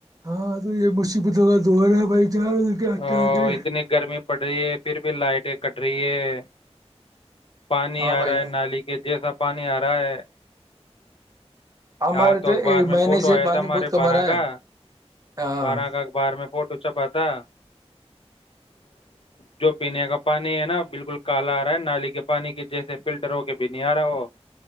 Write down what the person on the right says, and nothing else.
ہاں تو یہ مصیبتوں کا دور ہے بھائی جان کیا
کیا کرے
ہاں بھائی
جان
ہمارے
ایک
مہینے
سے
پانی
بہت کم
آ رہا
ہے ہاں